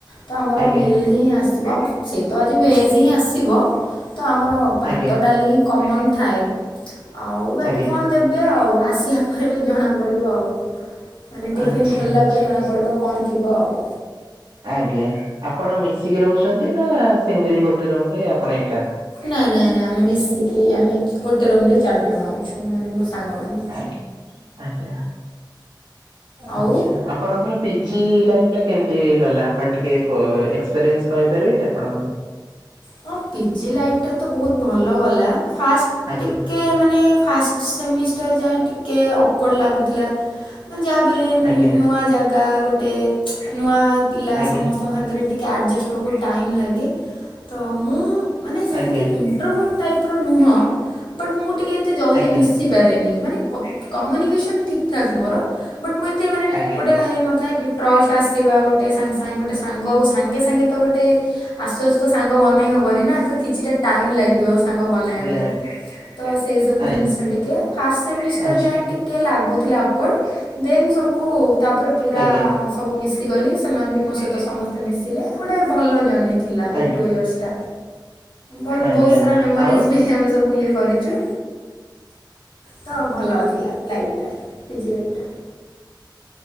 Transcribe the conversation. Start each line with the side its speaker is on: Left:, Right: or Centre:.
Left: ତ ଆମର
Right: ଆଜ୍ଞା
Left: ମିଲ୍ ହିଁ ଆସିବ ଆମର୍ ସେଇ ତ ଆଜି ଭେଜ୍ ହିଁ ଆସିବ ତ ଆମର ଭାତ,
Right: ଆଜ୍ଞା
Left: ଡାଲି ହିଁ କମନ୍। ଥାଏ। ଆଉ ବାକି
Right: ଆଜ୍ଞା
Left: କଣ ଦେବ୍ ଏ ଆଉ ଆସିଲା ପରେ ଜଣା ପଡ଼ିବ ଆଉ ମାନେ ଟିଫନ୍
Right: ଆଚ୍ଛା
Left: ଖୋଲିଲା
Right: ଆଚ୍ଛା
Left: ପରେ ଜଣା ପଡ଼ିବ କଣ ଥିବ ଆଉ?
Right: ଆଜ୍ଞା। ଆପଣ ମିଶିକି ରହୁଛନ୍ତି ନା ସିଙ୍ଗିଲ୍ ଗୋଟେ ରୁମ୍ ରେ ଆପଣ ଏକା।
Left: ନାଇଁ ନାଇଁ ନାଇଁ ଆମେ ମିଶିକି ଆମେ ଖି ଗୋଟେ ରୁମ୍ ରେ ଚାର୍ ଜଣ ଅଛୁ, ମାନେ ମୋ ସାଙ୍ଗମାନେ।
Right: ଆଜ୍ଞା! ଆଜ୍ଞା!
Left: ଆଉ
Right: ଆଛା। ଆପଣଙ୍କର ପିଜି ଲାଇଫ୍ ଟା କେମ୍ ଟି ଗଲା, ଆପଣ ଟିକେ କୋ ଏକ୍ସପିରିଏନ୍ସ୍ କହିପାରିବେ କି ଆପଣଙ୍କର?
Left: ହଁ ପିଜି ଲାଇଫଟା ତ ବୋହୁତ୍ ଭଲ ଗଲା ଫାଷ୍
Right: ଆଜ୍ଞା
Left: ଟିକେ ମାନେ ଫାଷ୍ ସେମିଷ୍ଟାର ଯାଏଁ ଟିକେ ଆକୋଡ୍ ଲାଗୁଥିଲା। ମାନେ ଯାହାବି ହେଲେ ନ୍ଉଁ
Right: ଆଜ୍ଞା
Left: ନୂଆ ଜାଗା ଗୋଟେ ଚୁ ନୂଆ ପିଲା
Right: ଆଜ୍ଞା
Left: ସମସ୍ତଙ୍କ ସାଙ୍ଗେରେ ଟି କେ ଆଡ଼ଜେଷ୍ଟ୍ ହବାକୁ ଟାଇମ୍ ଲାଗେ। ତ ମୁଁ ମାନେ ସେମତି
Right: ଆଜ୍ଞା
Left: ଇଣ୍ଟ୍ରୋଭଟ୍ ଟାଇପର ନୁହଁ। ବଟ୍ ମୁଁ ଟିକେ ଏତେ ଜଲଦି
Right: ଆଜ୍ଞା
Left: ମିଶି ପାରେନି ମାନେ କ କମ୍ୟୁନିକେସନ୍ ଠିକ୍ ଠାକ୍ ମୋର। ବଟ୍ ମୁଁ ଏତେ ମାନେ
Right: ଆଜ୍ଞା
Left: ଗୋଟେ ହେଇନଥାଏ ଗିଟ୍ ଟ୍ରଷ୍ଟ ଆସିବା ଗୋଟେ ସାଙ୍ଗେ ସାଙ୍ଗେ ଗୋଟେ ସାଙ୍ଗ ଆଉ ସାଙ୍ଗେ ସାଙ୍ଗେ ତ ଗୋଟେ ଆସୁଆସୁ ତ ସାଙ୍ଗ ବନେଇ ହବନି ନା ତ କିଛିଟା ଟାଇମ୍ ଲାଗିବ ସାଙ୍ଗ ବନେଇଆ
Right: ଆଜ୍ଞା
Left: ପାଇଁ।
Right: ଆଜ୍ଞା
Left: ତ ସେଇ ସବୁ
Right: ଆଜ୍ଞା
Left: ଜିନଷ ଟିକେ ଫାର୍ଷ ସେମିଷ୍ଟାର
Right: ଆଚ୍ଛା
Left: ଯାଏଁ
Right: ଆଜ୍ଞା
Left: ଟି କେ ଲାଗୁଥିଲା ଆକ୍ୱଡ୍ ଦେନ୍ ସବୁ ତାପରେ ପୁରା
Right: ଆଜ୍ଞା
Left: ହଁ ମୁଁ ମିଶିଗଲି ସେମାନେ ବି ମୋ ସହିତ ସମସ୍ତେ ମିଶିଲେ, ଗୋଟେ ଭଲ ଜର୍ନି ଥିଲା
Right: ଆଜ୍ଞା
Left: ଏଇ ଟୁ ଇୟର୍ସ ଟା। ଭଲ
Right: ଆଜ୍ଞା।
Left: ବୋହୁତ୍ ସାରା ମେମରିଜ୍
Right: ଆଉ
Left: ବି ଆମେ ସବୁ ଇଏ କରିଚୁ। ତ ଭଲ ଥିଲା ଲାଇଫ୍ ଟା ପିଜି ଲାଇଫ୍ ଟା।